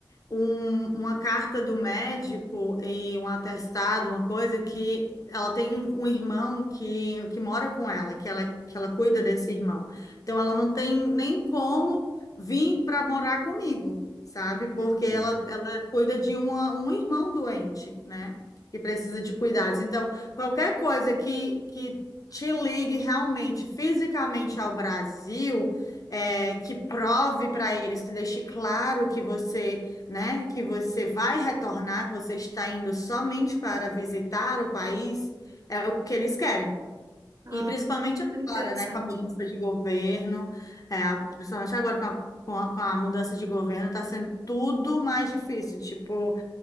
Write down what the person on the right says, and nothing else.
Uhum.
Ah,
super interessante.